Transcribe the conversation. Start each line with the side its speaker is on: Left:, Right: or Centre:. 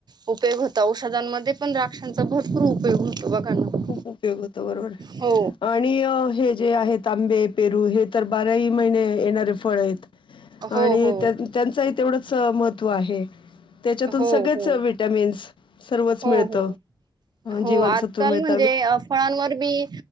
Right: उपयग होता औषधांमध्ये पण द्रा क्षांचा भरपूर उपयोग होतो बघा ना
Left: खूप उपयोग होत बरोबर
Right: हो
Left: आणि हे जे आहे तांबे पेरू हे तर बाराही महिने येणारे फळ आहेत
Right: हो
Left: आणि
Right: हो
Left: त्यांचही तेवढंच च महत्व आहे त्याच्यातून
Right: हो
Left: सगळेच
Right: हो
Left: विटमिन्स सर्वच
Right: हो
Left: मिळत
Right: हो हो
Left: जीवनसत्व
Right: आजकाल
Left: मिळत
Right: म्हणजे फळांवर मबी